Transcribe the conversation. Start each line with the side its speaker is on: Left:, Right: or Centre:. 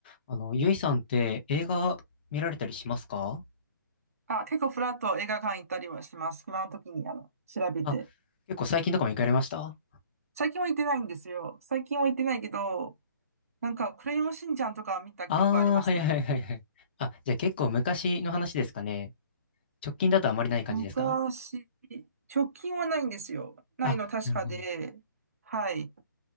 Left: あの、ゆいさんって映画見られたりしますか
Right: あ、結構フラッと映画館行ったりはします。暇の時に、あの、調べて。
Left: あ、結構最近とかも行かれました
Right: 最近は行ってないんですよ。最近は行ってないけど、なんか、クレヨンしんちゃんとかは見た記憶はありますね。
Left: ああー、はいはいはいはい。あ、じゃあ結構昔の話ですかね。直近だとあまりない感じですか
Right: 昔、直近はないんですよ。ないの確かで、
Left: あ、なるほど。
Right: はい、